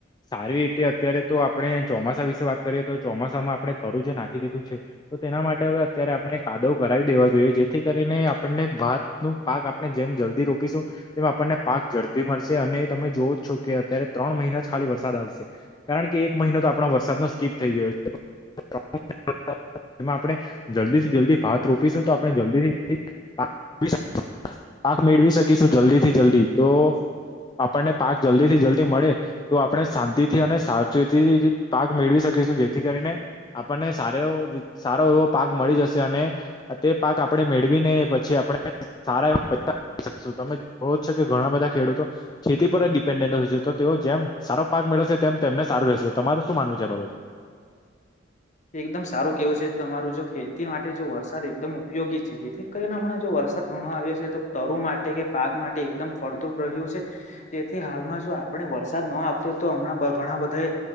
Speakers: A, on the left; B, on the left.
A: સારી રીતે અત્યારે તો આપણે ચોમા ચોમાસા વિશે વાત કરીએ તો ચોમાસામાં આપણે તર જે નાખી દીધું છે તો તેના માટે હવે અત્યારે આપણે કાદવ કરાવી દેવા જોઈએ જેથી કરીને આપણને વાત નું પાક આપણે જેમ જલ્દી રોપીશું તેમ આપણને પાક ઝડપી મળશે અને તમે જોવો જ છો કે અત્યારે ત્રણ મહિના જ ખાલી વરસાદ આવશે કારણ કે એક મહિનો તો આપણા વરસાદ નો સ્કીપ થઈ ગયો છે <unintelligible> <inaudible> એમાં આપણે જલ્દી જલ્દી ભાત રો રોપીશું તો આપણે જલ્દી થી જલ્દી <inaudible> પાક મેળવી શકીશું જલ્દી થી જલ્દી તો આપણને પાક જલ્દી થી જલ્દી મળે તો આપણે શાંતિ થી અને સાવચેતી પાક મેળવી શકી શું જેથી કરીને આપણને સારો એવો સારો એવો પાક મળી જશે અને તે પાક આપણેે મેળવી ને પછી આપણે સારા એવા પૈસા <unintelligible> શકીશું તમે જોવો છો કે ઘણા બધા ખેડૂતો ખેતી પર જ ડિપેન્ડન્ટ હોય છે તો તેઓ જેમ સારો પાક મેળવશે તેમ તેમને સારું રહેશે તમારું શું માનવ છે આ બાબત.
B: એકદમ સારું કેવું છે તમારું જો ખેતી માટે જો વરસાદ એકદમ ઉપયોગી છે જેથી કરીને હમણા જોર વર સાદ ઘણો આવ્યો છે તો તરુ માટે કે પાક માટે એકદમ ફળદ્રુપ રહ્યું છે જેથી હાલમાં જો આપણે વરસાદ ન આપતી તો હમણાં ઘણા બધા